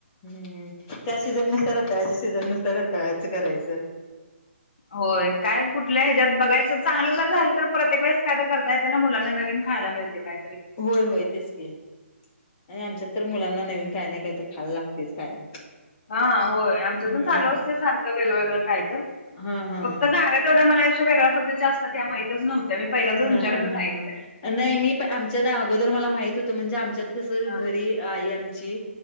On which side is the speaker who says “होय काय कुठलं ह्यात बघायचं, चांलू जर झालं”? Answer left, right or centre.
Left